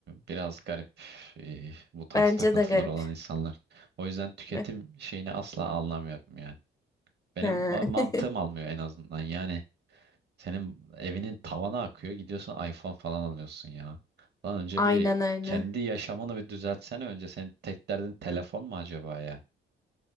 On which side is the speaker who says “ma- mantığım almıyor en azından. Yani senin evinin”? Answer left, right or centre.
Right